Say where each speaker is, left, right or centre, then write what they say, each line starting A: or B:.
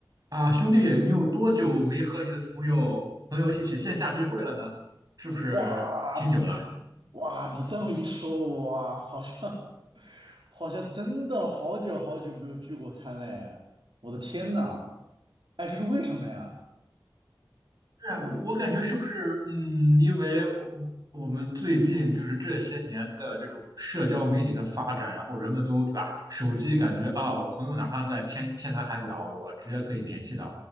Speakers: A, on the right (about 50°); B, on the right (about 80°).
A: 啊，兄弟，你有多久没和你的朋友朋友一起线下聚会了呢？
B: 嗯，
A: 是不是挺久了？
B: 哇，你哇，你这么一说，我好像 <laughs> 好像真的好久好久没有聚过餐嘞！我的天呐，哎，这是为什么呀？
A: 是啊，
B: 我。
A: 我感觉是不是嗯，因为我我们最近就是这些年的这种社交媒体的发展，然后人们都对吧，手机感觉啊，我朋友哪怕在天天南海角，我直接可以联系到，